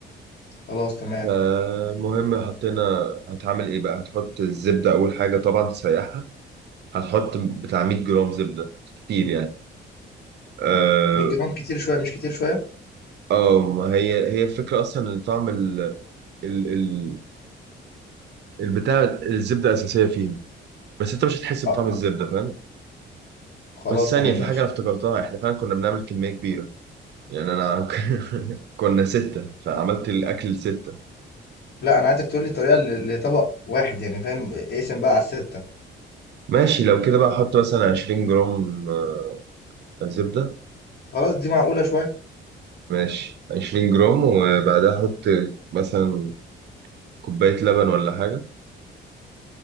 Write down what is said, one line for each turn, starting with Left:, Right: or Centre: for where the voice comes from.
Left: خلاص تمام
Right: فالمهم حطينا هتعمل إيه بقى هتحط الزبدة أول حاجة طبعا تسيحها هتحط بتاع 100 جرام زبدة كتير يعني اه
Left: 100 جرام كتير شويه مش كتير شويه
Right: آه، ما هي هي الفكرة أصلا إن طعم ال ال- ال- البتاع الزبده اساسيه فيها بس انت مش هتحس
Left: اه
Right: بطعم الزبده فاهم
Left: خلاص
Right: بس ثانيه
Left: تمام
Right: في
Left: ماشي
Right: حاجه انا افتكرتها احنا فعلا كنا بنعمل كميه كبيره يعني انا <laughs> كنا سته فعملت الاكل لسته
Left: لا انا عايزك تقول لي طريقه ل- لطبق واحد يعني فاهم اقسم بقى على السته
Right: ماشي لو كده بقى احط مثلا 20 جرام آه، زبده
Left: خلاص دي معقوله شويه
Right: ماشي 20 جرام وبعدها احط مثلا كوبايه لبن ولا حاجه